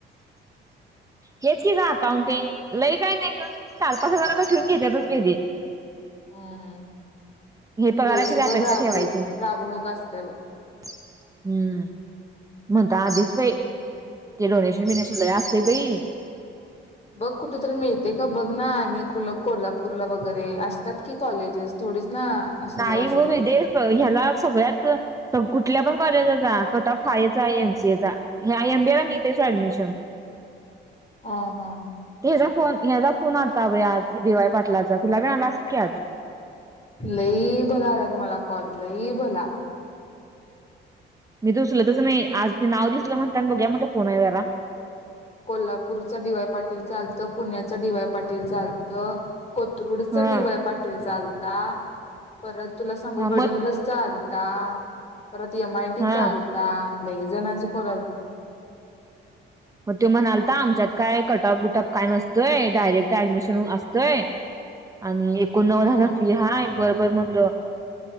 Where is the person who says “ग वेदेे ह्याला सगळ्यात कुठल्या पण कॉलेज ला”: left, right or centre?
Right